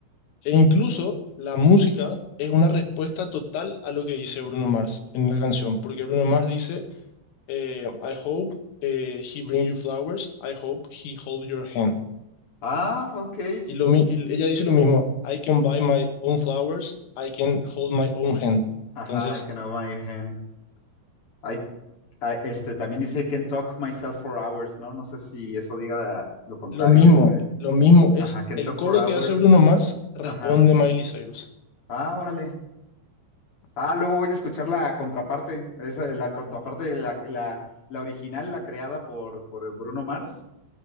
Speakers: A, on the left; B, on the left.
A: E incluso la música es una respuesta total a lo que dice Bruno Mars en la canción, porque Bruno Mars dice, eh, I hope eh, he bring you flowers, I hope he hold your hand.
B: Ah, ok.
A: Y, lo, mi- y ella dice lo mismo, I can buy my own flowers, I can hold my own hand.
B: Ajá,
A: Entonces,
B: I can hold my hand. I, I- este, también dice can talk myself for hours, ¿no? No sé si eso diga la- lo contrario,
A: lo mismo,
B: este.
A: lo mismo es
B: Ajá, can
A: el
B: talk
A: coro
B: for hours.
A: que hace Bruno Mars, responde
B: Ajá.
A: Miley Cyrus.
B: Ah, órale. Ah, luego voy a escuchar la contraparte. Esa, la contraparte, la, la, la original, la creada por, por Bruno Mars,